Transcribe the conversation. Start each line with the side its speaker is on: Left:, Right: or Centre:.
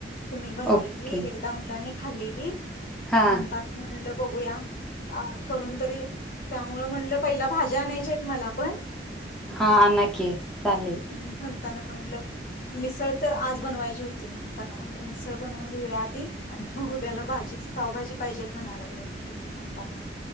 Left: तुम्हीं बनवलेली
Centre: ओके
Left: एकदां मुलांनी खाल्लेली
Centre: हा
Left: म्हणतांना म्हणलं बघूंया अं करूंन तरी त्यामूळे म्हटलं पहिला भाज्यां आणांयच्या आहेतं मलां पणं
Centre: हां आंनिकी चालेल
Left: म्हणतांना म्हणलं मिसळं तरं आंज बनवांयची होती म्हणतांना म्हणलं मिसळं बनवूंन घेऊं आंधी आणि उद्यांला भाजी पावभाजी पाहिजेल म्हणांय लागल्यांत सगळें म्हणतांना